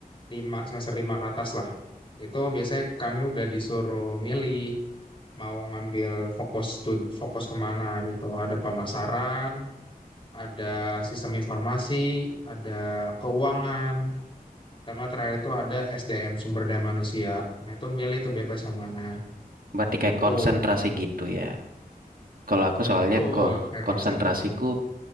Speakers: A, on the left (about 35°); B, on the right (about 65°).
A: lima semester lima ke atas lah. Itu biasanya kami udah disuruh milih mau ngambil fokus stud- fokus kemana gitu. Ada pemasaran, ada sistem informasi, ada keuangan, sama terakhir itu ada SDM sumber daya manusia. Nah itu milih tuh bebas yang mana
B: Berarti
A: gitu.
B: kayak konsentrasi gitu ya. Kalau aku soalnya
A: Betul,
B: kok
A: kayak
B: konsentrasiku,
A: konsentrasi.